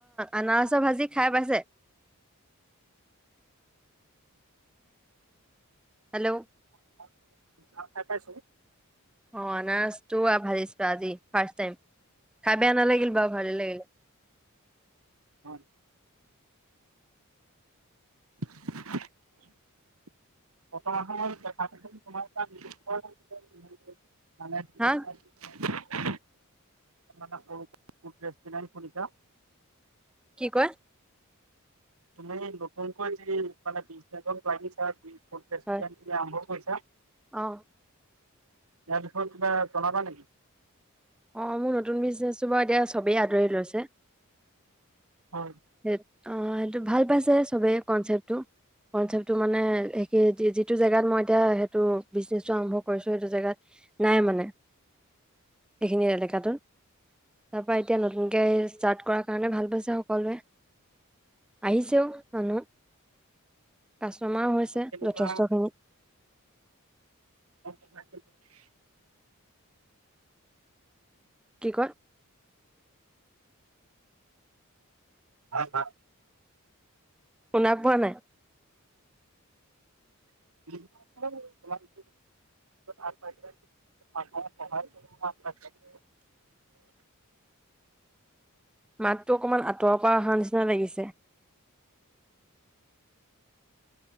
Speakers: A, in the centre; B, on the right.
A: আনাৰসৰ ভাজি খাই পাইছে? <unintelligible> <inaudible> হেল্ল'
B: <unintelligible> <inaudible>
A: অ অনাৰচটো আ ভাজিছো আজি ফাৰ্ষ্ট টাইম। খাবে আনা লাগিল বাও ভালে লাগিলে
B: উ <unintelligible> <inaudible> বৰ্তমান সময়ত <unintelligible> <inaudible>
A: হা,
B: ফু ৰেষ্টুৰেট খুলিছা?
A: কি কয়
B: তুমি নতুনকৈ যে মানে লাগিছা আৰম্ভ
A: হয়,
B: কৰি <unintelligible>
A: অ
B: এখ ত তলাব নেকি <unintelligible>
A: অ মোৰ নতুন বিজনেচটো বাৰু এতিয়া চবেই আদৰি লৈছে।
B: হয়
A: সেই অ সেইটো ভাল পাইছে চবেই কনচেপ্টটো কনচেপটো মানে স যিটো জেগাত মই এতিয়া সেইটো বিজনেছটো আৰম্ভ কৰিছো সেইটো জেগাত <unintelligible> নাই মানে এইখিনি এলেকাটো তাৰ পৰা এতিয়া নতুনকে ষ্টাৰ্ট কৰাৰ কাৰণে ভাল পাইছে সকলোৱে। আহিছে ও মানুহ কাষ্টমাৰ হৈছে
B: কেনেকুৱা
A: যথেষ্টখিনি।
B: <unintelligible>
A: কি কয়?
B: হা হা
A: শুনা পোৱা নাই?
B: <unintelligible> <unintelligible>
A: <unintelligible> মাতটো অকনমান আঁতৰৰ পৰা আহা নিচিনা লাগিছে